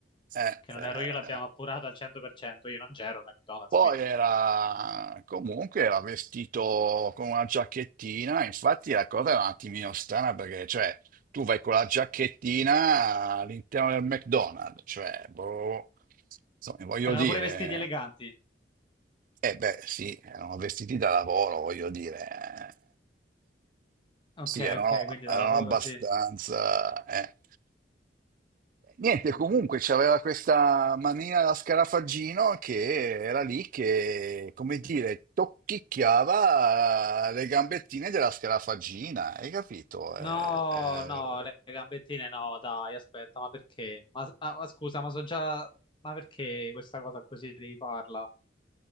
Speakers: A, on the right; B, on the left.
A: eh,
B: Che
A: eh,
B: non ero io, l'abbiamo appurato al 100%. Io non c'ero al McDonald's,
A: poi
B: quindi.
A: era comunque era vestito con una giacchettina, infatti la cosa era un attimino strana perché cioè tu vai con la giacchettina all'interno del McDonald's, cioè boh, insomma, voglio
B: Erano
A: dire,
B: pure vestiti eleganti.
A: eh beh, sì, erano vestiti da lavoro, voglio dire. eh.
B: Ok,
A: Sì, erano,
B: ok, quindi
A: erano
B: da lavoro
A: abbastanza...
B: sì.
A: eh. Niente, comunque c'aveva questa mania da scarafaggino che era lì che, come dire, tocchicchiava eh, le gambettine della scarafaggina, hai capito?
B: No,
A: Eh, eh,
B: no, le gambettine no, dai, aspetta, ma perché? Ma, ma- ma scusa, ma so già. Ma perché questa cosa così devi farla?